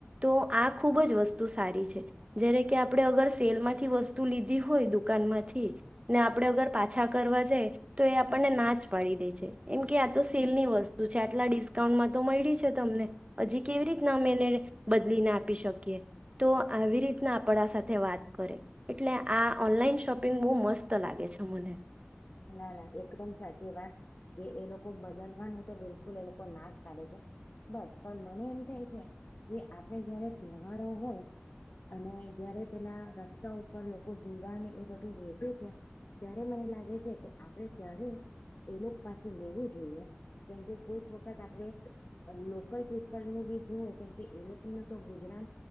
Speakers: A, on the right; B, on the left.
A: તો આ ખુબ જ વસ્તુ સારી છે. જ્યારે કે આપણે અગર સેલ માંથી વસ્તુ લીધી હોય દુકાનમાંથી. ને આપણે અગર પાછા કરવા જાય તો એ આપણને ના જ પાડી દે છે એમ કે આ તો સેલની વસ્તુ છે આટલા ડિસ્કાઉન્ટમાં તો મળી છે તમને. હજી કેવી રીતના અમે એને બદલીને આપી શકીએ. તો આવી રીતના આપણા સાથે વાત કરે. એટલે આ ઓનલાઈન શોપિંગ બહુ મસ્ત લાગે છે મને.
B: ના ના એકદમ સાચી વાત. કે એ લોકો બદલવાનું છે બિલકુલ એ લોકો ના જ પાડે છે. બસ પણ મને એમ થાય છે કે આપડે જયારે તહેવારો હોય અને જયારે તેના રસ્તા ઉપર લોકો દીવાને એ બધું વેચે છે. ત્યારે મને લાગે છે કે આપડે ત્યારે એ લોકો પાસે લેવું જોઈએ. કેમ કે કોઈક વખત આપણે આ લોકલ પીપલનું બી જે હોય કેમ કે એ લોકોને તો ગુજરાત